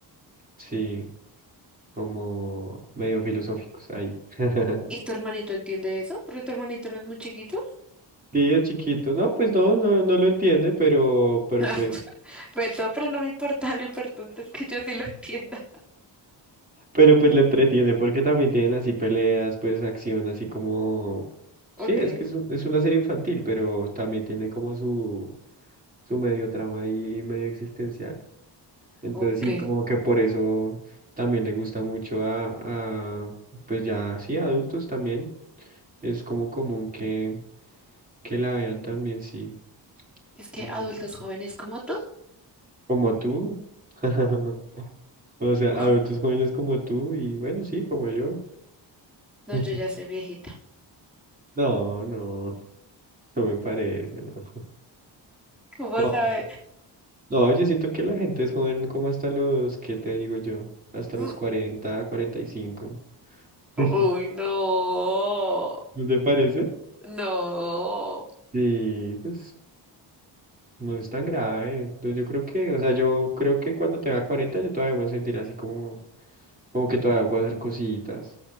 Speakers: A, on the right; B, in the centre.
A: sí, como medio filosóficos ahí. <laughs>
B: ¿Y tu hermanito entiende eso? Porque tu hermanito no es muy chiquito.
A: Sí, es chiquito, no, pues no, no, no lo entiende, pero, pero
B: <laughs>
A: pues,
B: Perdón, pero no me importa, lo importante es que yo sí lo entienda.
A: pero pues le entretiene, porque también tienen así peleas, pues acción, así como,
B: Ok,
A: sí, es que es, un- es una serie infantil, pero también tiene como su, su medio trama ahí, medio existencial. Entonces
B: ok.
A: sí, como que por eso también le gusta mucho a, a, pues ya, sí, a adultos también. Es como común que, que la vean también, sí.
B: Es que
A: Eso.
B: adultos jóvenes como tú,
A: Como tú. <laughs> O sea,
B: ¿cómo?
A: adultos jóvenes como tú y bueno, sí, como yo.
B: No,
A: <laughs>
B: yo ya soy viejita.
A: No, no, no me parece, no.
B: ¿Cómo
A: No,
B: sabes?
A: no, yo siento que la gente es joven como hasta los, ¿qué te digo yo? Hasta
B: Mm,
A: los cuarenta cuarenta y cinco <laughs>
B: Uy, no,
A: ¿No te parece?
B: no.
A: Sí, pues No es tan grave. Entonces, yo creo que, o sea, yo creo que cuando tenga 40 yo todavía me voy a sentir así como, como que todavía puedo hacer cositas.